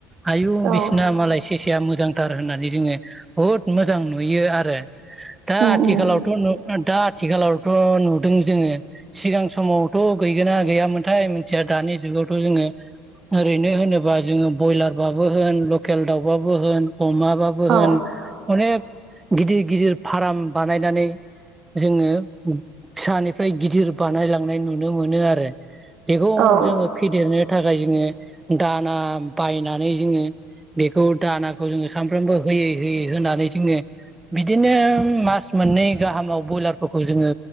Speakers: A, on the right; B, on the right.
A: आयु
B: औ
A: बिसिना मालाय सेस मोजांथार होननानै जोङो बुहुत मोजां नुयो आरो दा
B: उम
A: आथिखालावथ'
B: उम
A: दा आथिखालावथ' नु। दों जोङो सिगां समावथ' गैगोना गैयामोनथाय मिथिया दानि जुगावथ' जोङो। ओरैनो होनोबा जोङो बयलारबाबो होन लकेल दाउबाबो होन। अमाबाबो होन
B: औ
A: अनेक। गिदिर गिदिर फाराम बानायनानै जोङो। फिसानिफ्राय गिदिर बानायलांनाय नुनो मोनो आरो बेखौ
B: औ
A: जोङो फेदेरनो। थाखाय जोङो दाना बायनानै जोङो। बेखौ दानाखौ जोङो सानफ्रोमबो होयै होयै होनानै जोङो। बिदिनो मास मोननै गाहामाव ब्रयलारफोरखौ जोङो।